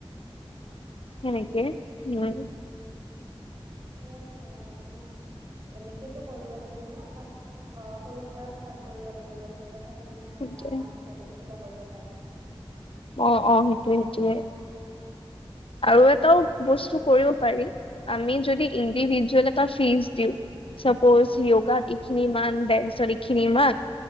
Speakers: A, on the right (about 45°); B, on the left (about 65°).
A: অ'।
B: নেকি উম।
A: ঠিকে আছে বাৰু মানে। এনেকেতো কৰিব লাগিব ন ফাৰ্ষ অ' সৰু পৰা ষ্টাৰ্ট কৰিব লাগিব। তেতিয়াহে মানে
B: সেইটোৱে
A: ডাঙৰ পিছলে কিবা কৰিব পাৰিম।
B: অ' অ' সেইটোৱে সেইটোৱে।
A: উম।
B: আৰু এটাও বস্তু কৰিব পাৰি আমি যদি ইণ্ডিভিজুৱেল এটা ফিজ দিওঁ। চাপ'জ
A: অ
B: য়োগাত এইখিনি মান, ডেন্সত এইখিনি মমান